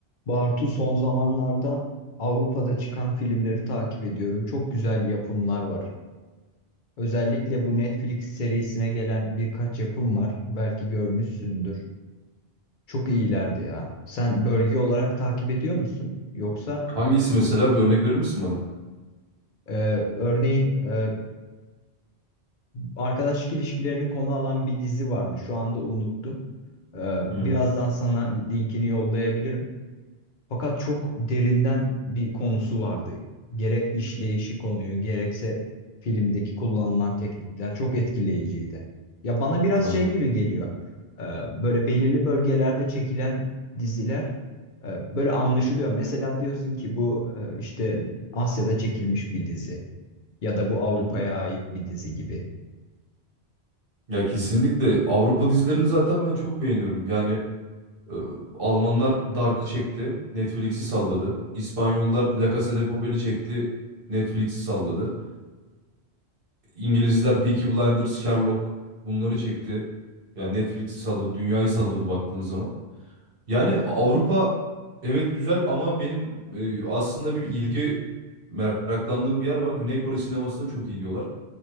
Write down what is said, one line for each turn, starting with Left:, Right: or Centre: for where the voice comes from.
Left: Bartu son zamanlarda Avrupa'da çıkan filmleri takip ediyorum. Çok güzel yapımlar var. Özellikle bu Netflix serisine gelen birkaç yapım var. Belki görmüşsündür. Çok iyilerdi ya. Sen bölge olarak takip ediyor musun? Yoksa
Right: Hangisi mesela bir örnek verir misin bana?
Left: e, örneğin e, arkadaşlık ilişkilerini konu alan bir dizi vardı. Şu anda unuttum. E,
Right: Hmm.
Left: birazdan sana linkini yollayabilirim. Fakat çok derinden bir konusu vardı. Gerek işleyişi konuyu, gerekse filmdeki kullanılan teknikler çok etkileyiciydi. Ya bana biraz
Right: Anladım.
Left: şey gibi geliyor. Ee, Böyle belirli bölgelerde çekilen diziler e, böyle anlaşılıyor. Mesela diyorsun ki bu e, işte Asya'da çekilmiş bir dizi ya da bu Avrupa'ya
Right: Hı hı.
Left: ait bir dizi gibi.
Right: Ya kesinlikle Avrupa dizilerini zaten ben çok beğeniyorum. Yani e, Almanlar Dark'ı çekti, Netflix'i salladı. İspanyollar La Casa de Papel'i çekti, Netflix'i salladı. İngilizler Peaky Blinders, Sherlock bunları çekti. Yani Netflix'i salladı, dünyayı salladı baktığın zaman. Yani Avrupa evet güzel ama benim e, aslında bir ilgi meraklandığım bir yer var. Güney Kore sinemasına çok iyi diyorlar.